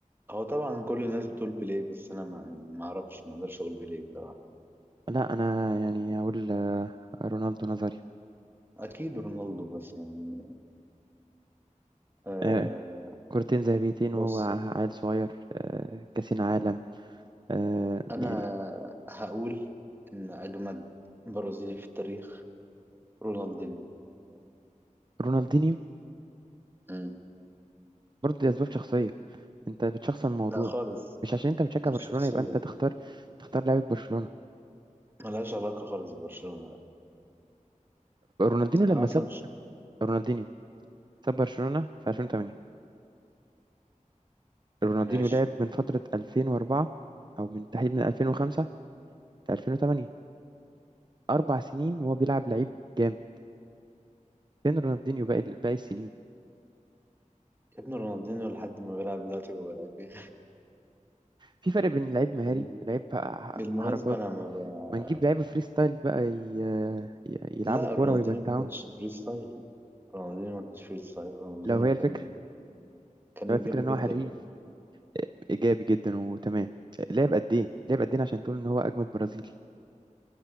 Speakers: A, on the right; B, on the right.
A: هو طبعا كل الناس بتقول بيليه بس انا ما يعني ما اعرفش ما اقدرش اقول بيليه طبعا
B: لا انا يعني اقول آه، رونالدو نظري
A: اكيد رونالدو بس يعني آه
B: آه كورتين ذهبيتين
A: بص
B: وهو عيل صغير آه كاسين عالم آه
A: انا
B: يعني
A: هقول ان اجمد برازيلي في التاريخ رونالدينيو
B: رونالدينيو
A: مم.
B: برضه دي اسباب شخصيه انت بتشخصن الموضوع
A: لا خالص
B: مش عشان انت بتشجع
A: مش
B: برشلونه
A: شخصية
B: يبقى انت تختار تختار لعيبه برشلونه
A: ملهاش علاقة خالص ببرشلونة لا.
B: رونالدينيو لما
A: أنا أصلا
B: ساب
A: ش...
B: رونالدينيو ساب برشلونه في 2008 رونالدينيو
A: ماشي
B: لعب من فترة 2004 أو من تحديد من 2005 ل 2008 أربع سنين وهو بيلعب لعيب جامد فين رونالدينيو باقي باقي السنين
A: ابن رونالدينيو لحد ما بيلعب دلوقتي ما بلعب بيه
B: في فرق بين لعيب مهاري
A: وب-
B: لعيب ح-
A: بالمناسبة
B: حركات
A: أنا ما ب...
B: ما نجيب لعيبة فري ستايل بقى ي- ي- يلعبوا
A: لا
B: كورة
A: رونالدينيو
B: ويمتعونا
A: ما كانش فري ستايل رونالدينيو ما كانش فري ستايل رونالدينيو
B: لو هي
A: كان
B: الفكرة
A: كان
B: لو
A: ايجابي
B: هي الفكرة إن هو
A: جدا
B: حريف
A: يعني.
B: إيجابي جدا وتمام لعب قد إيه؟ لعب قد إيه عشان تقول إن هو أجمد برازيلي